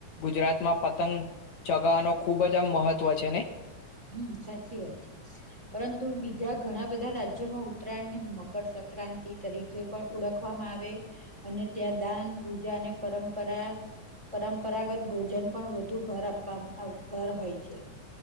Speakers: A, on the left (about 70°); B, on the right (about 15°).
A: ગુજરાત માં પતંગ ચગાવાનું ખુબ જ આમ મહત્વ છે નહીં?
B: હમ્મ સાચી વાત છે. પરંતુ બીજા ઘણા બધા રાજ્યોમાં ઉત્તરાયણને મકરસક્રાંતિ તરીકે પણ ઓળખવામાં આવે, અને ત્યાં દાન, પૂજા અને પરંપરા પરંપરાગત ભોજન પણ વધુ ભાર આપવા આવ ભાર હોય છે.